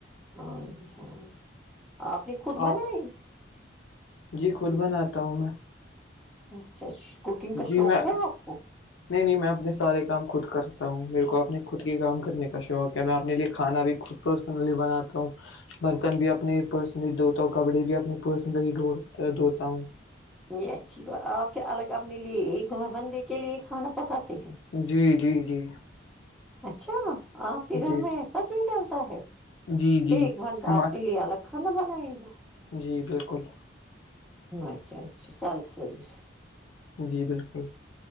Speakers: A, in the centre; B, on the left.
A: ہاں جی ہاں جی اپ نے خود منائی
B: آپ جی خود بناتا ہوں میں
A: اچھا اچا کوکنگ کا
B: جی
A: شوق
B: میں
A: ہے آپ کو
B: نہیں نہیں میں اپنے سارے کام خود کرتا ہوں میرے کو اپنے خود کے کام کرنے کا شوق ہے میں اپنے لیے کھانا بھی خود پرسنلی بناتا ہوں برتن بھی اپنی پرسنلی دتا ہوں کبڈی بھی اپنی پرسنلی ڈھڑ دتا ہوں
A: یہ اچھی بات آپ کیا الگ اپنے لیے ایک گ بندے کے لیے کھانا پکاتے ہیں
B: جی جی جی
A: اچھا آپ کے
B: جی
A: گھر میں ای سا بھی چلتا ہے
B: جی جی
A: ایک بند
B: ہم
A: آپ کے لیے الگ کھانا بنائیے گا
B: جی بالکل
A: اچھا اچھا سیلف سروس
B: جی بالکل